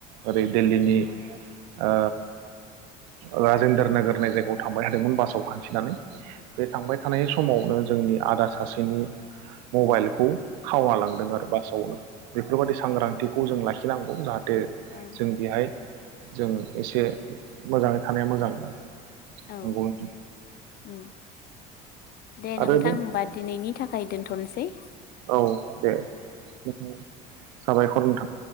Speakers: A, on the right; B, on the left.
A: ओरै दिल्लीनि ओ ओ जेन्द्रोर नोगोर होनाय जायगायाव थांबाय थादोंमोन बासाव हान्थिनानै बे थांबाय थानाय समावनो जोंनि आदा सासेनि मबाइलखौ खाव लांदों आरो बासावनो बेफोरबायदि सांग्रां बेखौ जों लाखिनांगौ जाहाथे थे
B: औ
A: जों बेहाय जों एसे मोजाङै थानाया मोजां आरो
B: औ
A: नंगौ नोंथां
B: उम दे
A: आरो
B: नोंथां
A: बे
B: होनबा दिनैनि थाखाय दोनथ'नोसै
A: औ दे <unintelligible> औ साबायखर नोंथां